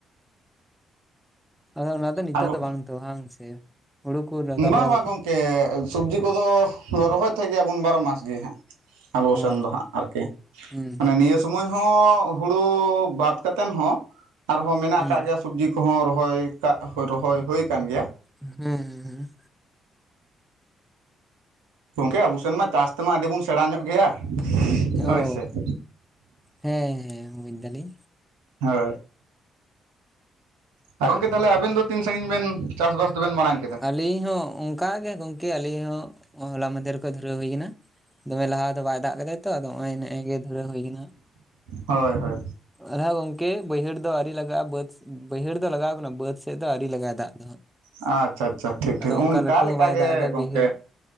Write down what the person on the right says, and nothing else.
ᱟᱫᱚ
ᱵᱟᱝ
ᱵᱟᱝ
ᱜᱚᱝᱠᱮ ᱥᱚᱵᱽᱡᱤ ᱠᱚᱫᱚ ᱨᱚᱦᱚᱭ ᱛᱟᱦᱮᱸᱫ ᱜᱮᱭᱟ ᱵᱚᱱ ᱵᱟᱨᱚ ᱢᱟᱥ ᱜᱮ ᱦᱟᱹᱜ᱾ ᱟᱵᱚ ᱥᱮᱱ
ᱫᱚ ᱦᱟᱸᱜ ᱟᱨᱠᱤ
ᱢᱟᱱᱮ ᱱᱤᱭᱟᱹ ᱥᱚᱢᱚᱭ ᱦᱚᱸ ᱦᱩᱲᱩ ᱵᱟᱫ ᱠᱟᱛᱮᱱ ᱦᱚᱸ ᱟᱨᱦᱚᱸ ᱢᱮᱱᱟᱜ
ᱟᱠᱟᱫ ᱜᱮᱭᱟ ᱥᱚᱵᱽᱡᱤ ᱠᱚᱦᱚᱸ ᱨᱚᱦᱚᱭ ᱠᱟᱜ ᱨᱚᱦᱚᱭ ᱦᱳᱭ ᱟᱠᱟᱱ ᱜᱮᱭᱟ᱾
ᱜᱚᱢᱠᱮ ᱟᱵᱚ ᱥᱮᱱ ᱢᱟ ᱪᱟᱥ ᱛᱮᱢᱟ ᱟᱹᱰᱤ ᱵᱚᱱ ᱥᱮᱬᱟ ᱧᱚᱜ ᱜᱮᱭᱟ ᱦᱳᱭ
ᱥᱮ᱾ <inaudible>
ᱦᱳᱭ ᱟᱨ ᱜᱚᱝᱠᱮ ᱛᱟᱦᱚᱞᱮ ᱟᱵᱮᱱ ᱫᱚ ᱛᱤᱱ ᱥᱟᱺᱜᱤᱧ ᱵᱮᱱ ᱪᱟᱥᱵᱟᱥ ᱫᱚᱵᱮᱱ ᱢᱟᱲᱟᱝ ᱠᱮᱫᱟ?
ᱦᱳᱭ ᱦᱳᱭ᱾
ᱟᱪᱪᱷᱟ ᱟᱪᱪᱷᱟ ᱴᱷᱤᱠ ᱴᱷᱤᱠ
ᱞᱮᱠᱟᱜᱮ
ᱜᱚᱢᱠᱮ